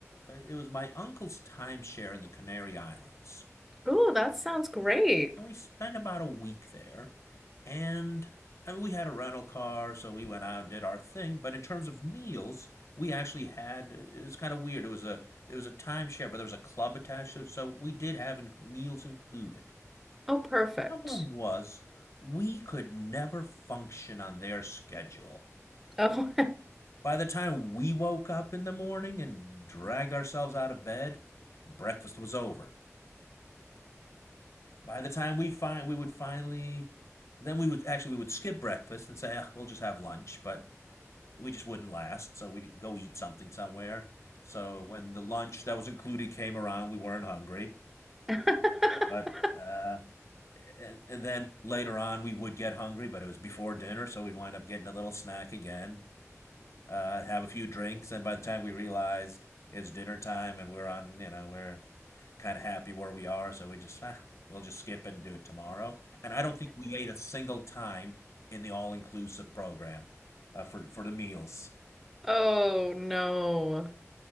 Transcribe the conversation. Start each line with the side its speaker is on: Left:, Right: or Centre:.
Left: uh, It was my uncle's timeshare in the Canary Islands,
Centre: Oh, that sounds great.
Left: and we spent about a week there. And I mean, we had a rental car, so we went out and did our thing. But in terms of meals, we actually had it was kind of weird. It was a it was a timeshare, but there was a club attached to it, so we did have in, meals included.
Centre: Oh, perfect.
Left: Problem was, we could never function on their schedule.
Centre: Oh.
Left: By the time we woke up in the morning and dragged ourselves out of bed, breakfast was over. By the time we find, we would finally, then we would actually we would skip breakfast and say, "Ah, we'll just have lunch, but we just wouldn't last, so we'd go eat something somewhere. So when the lunch that was included came around, we weren't hungry.
Centre: <laughs>
Left: But uh, and, and then later on, we would get hungry, but it was before dinner, so we'd wind up getting a little snack again uh, have a few drinks, and by the time we realized it's dinner time and we're on, you know, we're kind of happy where we are, so we just ah, we'll just skip it and do it tomorrow. And I don't think we ate a single time in the all-inclusive program uh, for for the meals.
Centre: Oh no.